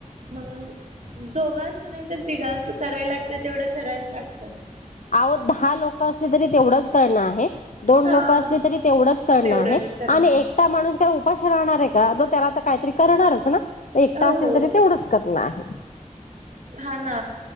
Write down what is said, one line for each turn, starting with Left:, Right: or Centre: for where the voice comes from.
Right: मग दोघं असू नाही तर तिघं असू करायला लागत तेवढं करायच लागत
Left: आहो दहा लोक असली तरी तेवढंच करणं आहे, दोन
Right: हा
Left: लोक असले तरी तेवढंच करणं
Right: तेवढंच
Left: आहे
Right: करणं
Left: आणि
Right: आहे.
Left: एक माणूस काय उपाशी राहणार आहे का तो त्याला आ काहीतरी करणारच ना एकटा
Right: हो
Left: असेल तरी तेवढंच करनं आहे,
Right: हा ना